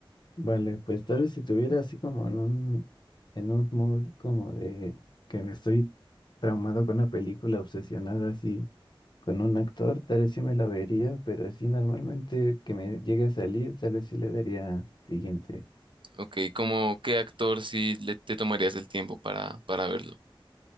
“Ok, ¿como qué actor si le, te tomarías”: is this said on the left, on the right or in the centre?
Right